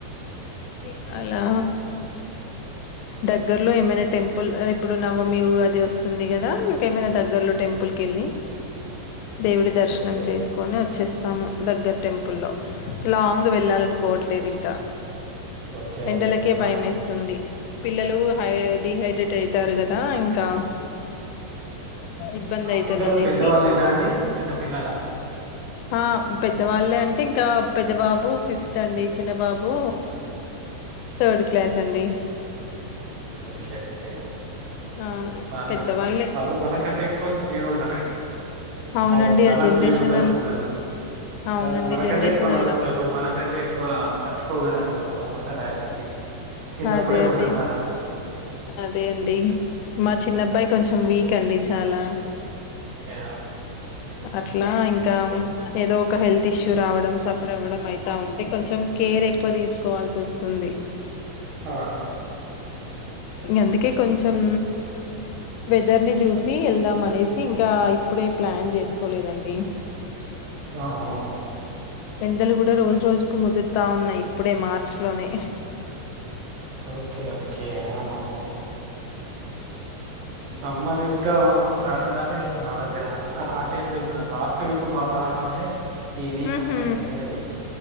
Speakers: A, on the left; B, on the right.
A: ఇ అలా దగ్గర్లో ఏమైనా టెంపుల్ ఇప్పుడు నవమి ఉగాది వస్తుంది గదా ఇంకేమైనా దగ్గర్లో టెంపుల్ కి కెళ్ళి దేవుడి దర్శనం
B: ఓకే
A: చేసుకొని వచ్చేస్తాము దగ్గర టెంపుల్ల్లో లాంగ్ వెళ్ళాలనుకోవట్లేదు ఇంకా
B: ఓకే
A: ఎండలకే
B: ఓకే
A: భయ ఏస్తుంది పిల్లలు హై డిహైడ్రేట్ అయి ఇత్తరు గదా ఇంకా ఇబ్బంది అవుదాయితది
B: పిల్లలు
A: అనేసి
B: పెద్దవాళ్ళేనా అండి చిన్న పిల్లల
A: ఆ పెద్దవాళ్ళే అంటే ఇంకా పెద్ద బాబు ఫిఫ్త్ అండి చిన్నబాబు థర్డ్ క్లాస్ అండి
B: ఒకే ఒకే
A: అవును
B: వాళ్ళు
A: పెద్దవాళ్ళే
B: వాళ్ళు మనకంటే ఎక్కువ స్పీడ్ ఉంటారండి
A: అవునండి
B: వాళ్ళు చాలా
A: ఆ జనరేషనల్
B: స్పీడ్ ఉంటారు పిల్లలు
A: అవునండి
B: స మనకంటే
A: జనరేషన్
B: ఎక్కువ
A: అలా
B: నడుస్తారు మనకంటే ఎక్కువ <inaudible> ఉంట ఆశక్తి చిన్నప్పుడు
A: అదే
B: ఏం
A: అదే
B: ఉంటది వాళ్ళకు
A: అదే అండి మా చిన్నబ్బాయి కొంచెం వీక్ అండి చాలా
B: ఓకే
A: అట్లా ఇంకా ఏదో ఒక హెల్త్ ఇష్యూ రావడం సఫర్ అవ్వడం అయిత ఉంటే కొంచెం కేర్ ఎక్కువ తీసుకోవాల్సి వస్తుంది అంది
B: ఆహ
A: ఇం అందుకే కొంచం వెదర్ ని చూసి వెళ్దాం అనేసి ఇంకా ఇప్పుడే ప్లాన్ చేసుకోలేదండి
B: ఆహ ఒహొ
A: ఎండలు కూడా రోజు రోజుకు ముదురుతా ఉన్నాయి ఇప్పుడే మార్చ లోనే
B: ఓకే ఓకే ఆహహ సమ్మర్ ఇంకా స్టార్ట్గాలిద మా దగ్గర అంత హాట్ టైం లే ఇద లాస్ట్ వీక్ బాగా అట్టున్నాయ్ ఈ వీక్
A: ఉహు
B: అంతా ఏం లేదు